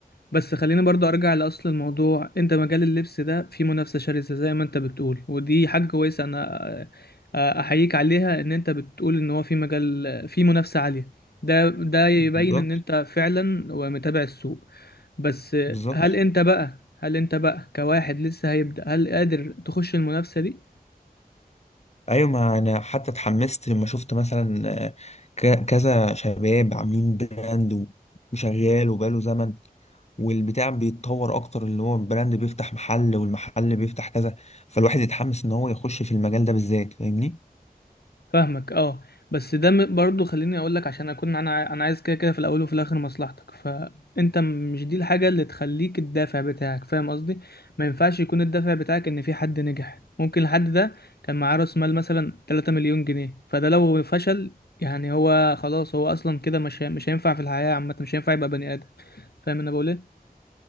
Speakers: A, on the left; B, on the left.
A: بس خلينا برضو ارجع لاصل الموضوع انت مجال اللبس ده فيه منافسة شرسة زي ما انت بتقول ودي حاجة كويسة انا آه، احييك عليها ان انت بتقول ان هو في مجال في منافسة عالية ده ده يبين
B: بالظبط
A: ان انت فعلا ومتابع السوق بس
B: بالظبط
A: هل انت بقى هل انت بقى كواحد لسه هيبدأ هل قادر تخش المنافسة دي
B: ايوه ما انا حتى اتحمست لما شفت مثلا آه، ك- كذا شباب عاملين براند وشغال وبقاله زمن والبتاع بيتطور اكتر اللي هو البراند بيفتح محل والمحل بيفتح كذا فالواحد يتحمس ان هو يخش في المجال ده بالذات فاهمني
A: فاهمك اه بس ده م- برضو خليني اقول لك عشان اكون انا انا عايز كده كده في الاول وفي الاخر مصلحتك فانت م- مش دي الحاجه اللي تخليك الدافع بتاعك فاهم قصدي ما ينفعش يكون الدافع بتاعك ان في حد نجح ممكن الحد ده كان معاه راس مال مثلا 3 مليون جنيه فده لو فشل يعني هو خلاص هو اصلا كده مش هي- مش هينفع في الحياه عامه مش هينفع يبقى بني ادم فاهم انا بقول ايه